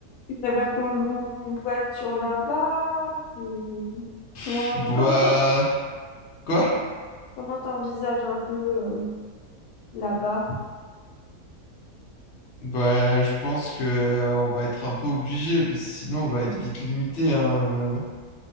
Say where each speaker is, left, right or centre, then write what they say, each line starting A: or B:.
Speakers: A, on the left; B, on the left.
A: Tu préfères qu'on loue une voiture là-bas? que-
B: pff,
A: Comment,
B: Bah...
A: comment t'en-
B: Quoi?
A: comment t'envisages un peu euh, là-bas?
B: Bah, je pense que euh, on va être un peu obligé, parce que sinon on va être vite limité. hein,